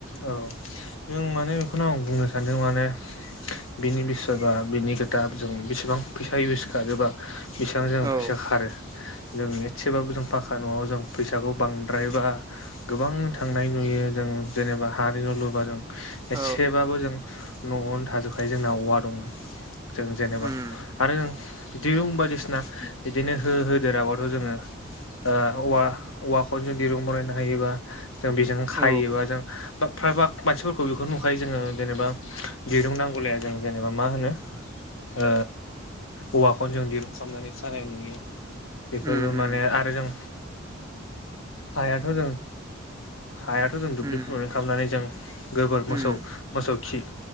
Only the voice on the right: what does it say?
औ
औ
उम
औ
उम उम
उम
उम